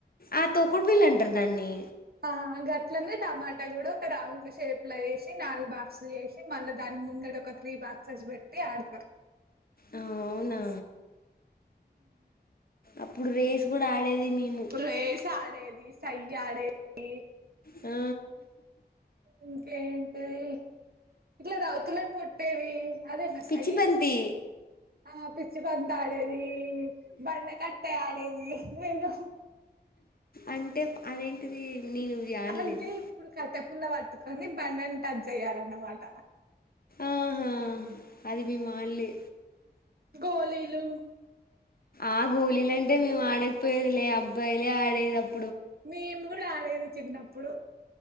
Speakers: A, on the left; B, on the right.
A: ఆ తొక్కుడు బిల్ల అంటారు దాన్ని.
B: ఆ గట్లనే టమాటా కూడ. ఒక రౌండ్ షేప్ లో వేసి, నాలుగు బాక్స్లు చేసి, మళ్ళా దాని ముంద ఇడ ఒక త్రీ బాక్సస్ పెట్టి ఆడతారు.
A: ఆ అవునా అప్పుడు రేస్ కూడ ఆడేది, మేము
B: అప్పుడు రేస్ ఆడేది, సయ్య ఆడేది.
A: ఆ
B: ఇంకేంటిది, ఇట్ల అది ఔతులని కొట్టేది. అదేనా
A: పిచ్చిబంతి.
B: సయ్యి ఆ పిచ్చి బంతి ఆడేది, బండ కట్టే ఆడేది. ఏదో
A: అంటే అదేంటిది నేను ఇది ఆడలేదు
B: అంటే, ఇప్పుడు కట్టెపుల్ల పట్టుకొని, బండను టచ్ చెయ్యాలన్నమాట.
A: ఆహా అది మేం ఆడలే
B: గోళీలు
A: ఆ గోలిలంటే మేము ఆడకపోయేది లే. అబ్బాయిలే ఆడేది అప్
B: మేముకూర ఆడేది చిన్నప్పుడు.